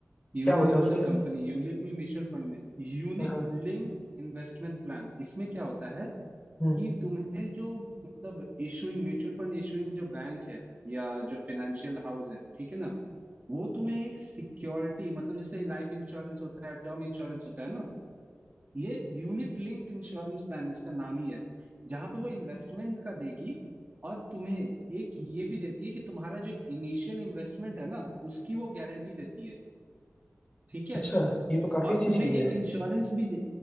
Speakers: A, on the right (about 35°); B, on the left (about 25°).
A: यूनिलीवर
B: क्या होता है उसमें
A: तो कंपनी यूलिप में म्यूचुअल फंड में यूनिट
B: हाँ हाँ,
A: लिंक्ड इन्वेस्टमेंट प्लान इसमें क्या होता है
B: हम्म
A: कि तुम्हें जो मतलब इशूइंग म्यूचुअल फंड इशूइंग जो बैंक है या जो फिनेंशियल हाउस है ठीक है ना वो तुम्हें एक सिक्योरिटी मतलब जैसे लाइफ इंश्योरेंस होता है टर्म इंश्योरेंस होता है ना ये यूनिट लिंक्ड इंश्योरेंस प्लान इसका नाम ही है जहां पे वो इन्वेस्टमेंट का देगी और तुम्हें एक ये भी देती है कि तुम्हारा जो इनिशियल इन्वेस्टमेंट है ना उसकी वो गारंटी देती है ठीक है
B: अच्छा ये तो काफी
A: और
B: अच्छी
A: तुम्हें
B: चीज
A: एक
B: है
A: इंश्योरेंस भी दे